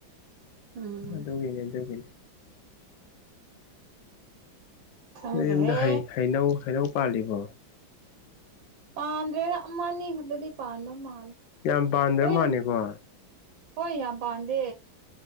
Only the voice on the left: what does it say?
ꯑꯗꯨꯒꯤꯅꯦ ꯑꯗꯨꯒꯤꯅꯤ
ꯅꯣꯏ ꯌꯨꯝꯗ ꯍꯩꯅꯧ ꯍꯩꯅꯧ ꯄꯥꯜꯂꯤꯕꯣ
ꯌꯥꯝ ꯄꯥꯟꯗ꯭ꯔꯦ
ꯃꯥꯥꯟꯅꯤꯀꯣ